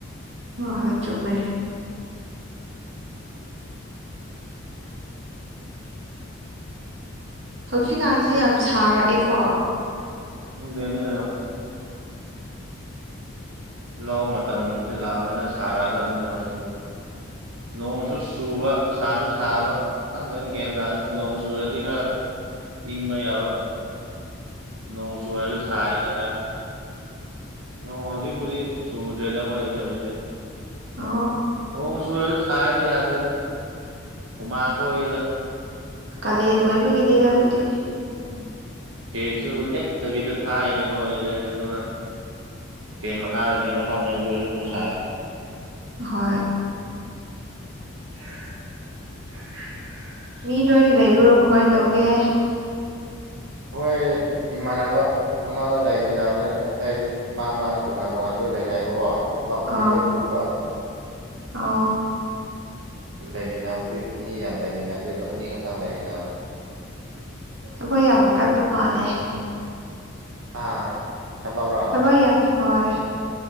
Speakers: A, on the right; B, on the right.
A: ꯑ ꯍꯣꯏ ꯆꯨꯝꯃꯦ ꯍꯧꯖꯤꯛꯀꯥꯟꯁꯦ ꯌꯥꯝ ꯁꯥꯔꯛꯑꯦꯀꯣ
B: ꯅꯤ ꯂꯧ ꯃꯇꯝꯁꯤ ꯂꯥꯛꯑꯕꯅꯤꯅ ꯁꯥꯔꯛꯑꯗꯕꯅꯤꯅ ꯍꯧꯗ ꯅꯣꯡꯁꯨ ꯆꯨꯕ ꯁꯥꯁꯨ ꯁꯥꯕ ꯁꯪꯗꯅ ꯒꯟ ꯇꯥꯗꯅ ꯅꯣꯡ ꯆꯨꯔꯗꯤ ꯈꯔ ꯏꯕ ꯌꯥꯕ ꯅꯣꯡ ꯁꯂꯁꯨ ꯁꯥꯏꯅ ꯌꯥ ꯅ ꯍꯧꯖꯤꯛꯄꯨꯗꯤ ꯆꯨꯗ꯭ꯔꯦꯗ ꯑꯩ ꯈꯈꯣꯏꯗꯗꯤ ꯍꯧꯖꯤꯛꯇꯤ
A: ꯑ
B: ꯅꯣꯡ ꯆꯨꯔꯁꯨ ꯁꯥꯏꯗ ꯌꯥꯗꯦꯗ ꯍꯨꯃꯥꯡ ꯊꯣꯛꯏꯗ
A: ꯀꯥꯂꯦꯟ ꯑꯣꯏꯕꯒꯤꯅꯤꯗ ꯑꯗꯨꯗꯤ
B: ꯎꯝ ꯐꯦꯟꯁꯨ ꯂꯦꯞꯇꯕꯤꯗ ꯊꯥꯏꯅꯦꯕ <unintelligible> ꯐꯦꯟ ꯃꯈꯥꯗꯅꯦꯕ ꯐꯝꯃꯦ ꯑꯗꯨꯏꯁꯨ ꯑꯃꯨꯛ ꯁꯥꯏ
A: ꯍꯣꯏ
B: <unintelligible>
A: ꯃꯤ ꯂꯣꯏ ꯂꯩꯕ꯭ꯔꯣ ꯀꯃꯥꯏꯅ ꯇꯧꯒꯦ
B: ꯍꯣꯏ ꯏꯃꯥꯟꯅꯕ ꯑꯃꯒ ꯂꯩꯃꯤꯟꯅꯕꯅꯤꯅ ꯑꯇꯩꯗꯤ ꯃꯥ ꯃꯥꯒꯤ ꯇꯣꯉꯥꯟ ꯇꯣꯉꯥꯟꯕ ꯂꯣꯏ ꯂꯩꯅꯕꯀꯣ ꯊꯕꯥꯛꯄꯨꯗꯤ
A: ꯑꯥ
B: ꯂꯣꯏ ꯄꯨꯟꯕ
A: ꯑꯣ
B: ꯂꯩꯃꯤꯟꯅꯕꯗꯤ ꯃꯤ ꯌꯥꯝ ꯂꯩꯃꯤꯟꯅꯗꯦꯕ ꯑꯅꯤꯈꯛꯇꯪ ꯂꯩꯃꯤꯟꯅꯕ
A: ꯊꯕꯛ ꯌꯥꯝ ꯀꯟꯕ ꯃꯥꯜꯂꯦ
B: ꯑꯥ ꯊꯕꯛꯔꯣ
A: ꯊꯕꯛ ꯌꯥꯝ ꯍꯣꯏ